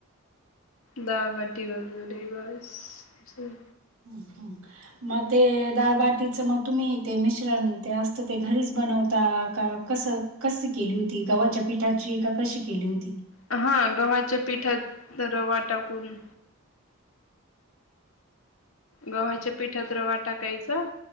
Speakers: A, on the left; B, on the right.
A: दाळ बाटी वगैरे बसचे.
B: ''हं'' हं '' मग ते दाळबाटीच मग तुम्ही ते मिश्रण ते असत ते घरीच बनवता का. कसं कस केली होती गव्हाच्या पिठाची ए का कशी केली होती.
A: हा गव्हाच्या पिठात तरवा टाकून. गव्हाच्या पिठात रवा टाकायचं.